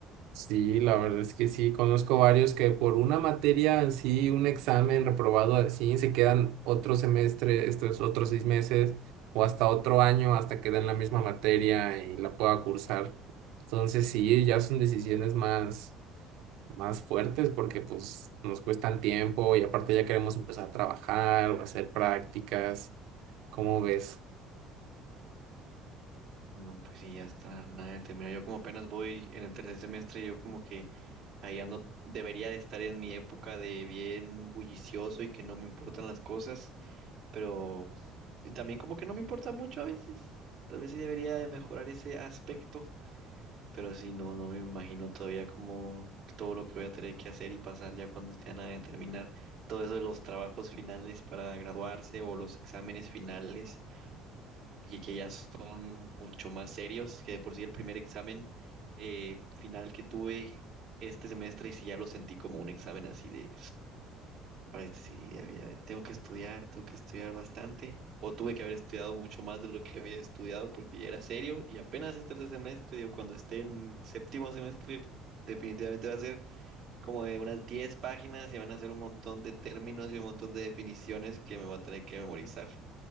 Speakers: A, on the right; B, on the right.
A: Sí, la verdad es que sí, conozco varios que por una materia en sí, un examen reprobado así, se quedan otro semestre, estos otros seis meses o hasta otro año hasta que den la misma materia y la pueda cursar. Entonces sí, ya son decisiones más más fuertes porque pues nos cuestan tiempo y aparte ya queremos empezar a trabajar o hacer prácticas. ¿Cómo ves?
B: No, pues sí, ya está nada de terminar. Yo como apenas voy en el tercer semestre, yo como que ahí ando, debería de estar en mi época de bien bullicioso y que no me importan las cosas, pero y también como que no me importa mucho a veces. Tal vez sí debería de mejorar ese aspecto. Pero sí, no, no me imagino todavía como todo lo que voy a tener que hacer y pasar ya cuando esté a nada de terminar. Todo eso de los trabajos finales para graduarse o los exámenes finales, que, que ya son mucho más serios, que de por sí el primer examen eh, final que tuve este semestre, y sí ya lo sentí como un examen así de para esto sí, ya había- tengo que estudiar, tengo que estudiar bastante. O tuve que haber estudiado mucho más de lo que había estudiado porque ya era serio. Y apenas este tercer semestre, digo, cuando esté en séptimo semestre, definitivamente va a ser como de unas 10 páginas y van a ser un montón de términos y un montón de definiciones que me voy a tener que memorizar.